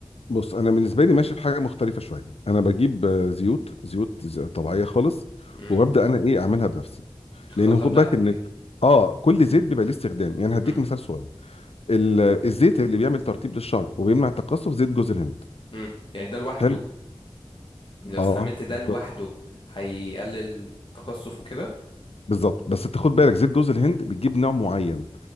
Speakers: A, on the left; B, on the left.
A: بص انا بالنسبه لي ماشي في حاجه مختلفه شويه انا بجيب آه، زيوت زيوت ز- طبيعيه خالص
B: امم
A: وببدا انا ايه اعملها بنفسي
B: الخلطة
A: لان خد
B: بتاعتك
A: بالك ان
B: يعني
A: اه كل زيت بيبقى ليه استخدام يعني هديك
B: امم
A: مثال صغير ال- الزيت اللي بيعمل ترطيب للشعر وبيمنع التقصف زيت جوز الهند
B: امم يعني ده لوحده
A: حلو
B: يعني لو
A: اه
B: استعملت ده
A: بالظبط
B: لوحده هيقلل التقصف وكده
A: بالظبط بس انت خد بالك زيت جوز الهند بتجيب نوع معين